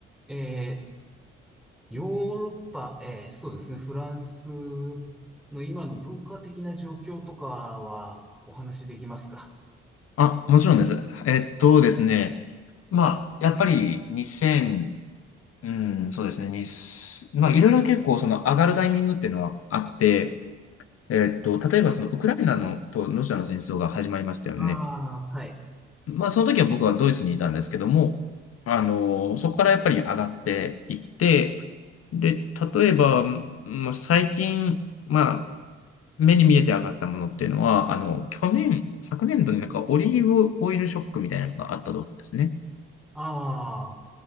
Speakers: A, in the centre; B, on the left.
A: えーヨーロッパ、えーそうですね、フランスの今の文化的な状況とかはお話しできますか
B: あ、もちろんです。えっとですね。まあ、やっぱり2000、うん、そうですね。にまあ、いろいろ結構その上がるタイミングっていうのはあって、えっと、例えばそのウクライナのとロシアの戦争が始まりましたよね。
A: ああー、はい。
B: まあ、その時は僕はドイツにいたんですけども、あの、そこからやっぱり上がっていって、で、例えば、まあ、最近、まあ、目に見えて上がったものっていうのは、あの、去年、昨年度になんかオリーブオイルショックみたいなのがあったと思うんですね。
A: ああ、